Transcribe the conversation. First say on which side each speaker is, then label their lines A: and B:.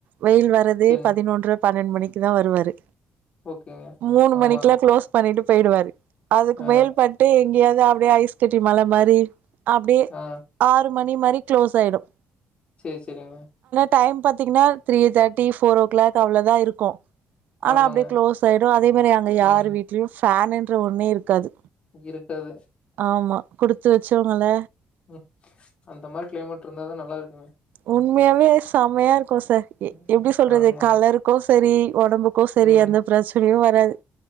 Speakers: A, on the right; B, on the left.
A: வெயில் வரது
B: சரிங்க.
A: பதினொன்ற பன்னெண்டு மணிக்கு தா வருவாரு
B: ஓகேங்க.
A: மூணு
B: ஆமா.
A: மணிக்குலாம் க்ளோஸ் பண்ணிட்டு போயிடுவாரு அதுக்கு
B: ஆ,
A: மேல் பட்டு எங்கயாவது அப்படியே ஐஸ் கட்டி மழ மாதிரி அப்படியே
B: ஆ.
A: ஆறு மணி மாரி க்ளோஸ் ஆயிடும்
B: சரி சரிங்க
A: டைம் பாரத்தீங்கன்னா three thirty four o'clock அவ்வளோதா இருக்கும் ஆனா
B: ஆமாங்க.
A: அப்படியே க்ளோஸ் ஆயிடும் அதே மாதிரி அங்க
B: ம்.
A: யார் வீட்டிலயும் ஃபேன் என்ற ஒன்னு இருக் கது
B: இருக்காது
A: ஆமா குடுத்து வச்சவங்க இல்ல
B: உம் அந்த மாதிரி கிளைமேட் இருந்தா தா நல்லா இருக்குமே
A: உண்மையாவே செமையா இருக் கும் சார்
B: ம்.
A: எப்படி சொல்றது
B: ஆமாங்க.
A: கலருக்கு சரி உடம்புக்கும் சரி
B: ம்.
A: அந்த பிரச்சனையும் வர வது